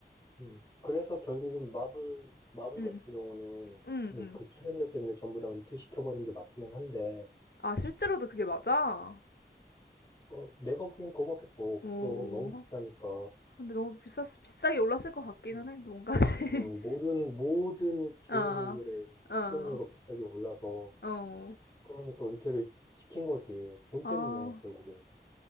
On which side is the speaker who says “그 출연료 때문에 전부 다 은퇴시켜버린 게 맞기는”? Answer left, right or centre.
Left